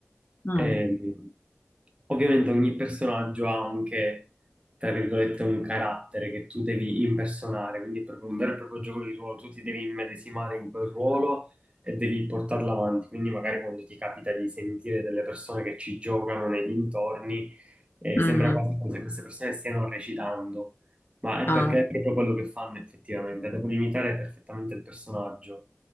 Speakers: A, on the left (about 50°); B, on the right (about 25°).
A: Ah,
B: Ehm, Ovviamente ogni personaggio ha anche tra virgolette, un carattere che tu devi impersonare, quindi è proprio un vero e proprio gioco di ruolo, tu ti devi immedesimare in quel ruolo e devi portarlo avanti, quindi magari quando ti capita di sentire delle persone che ci giocano nei dintorni, eh,
A: mm,
B: sembra quasi come se queste persone stiano recitando, ma
A: ah.
B: è perché è proprio quello che fanno effettivamente, devono imitare perfettamente il personaggio.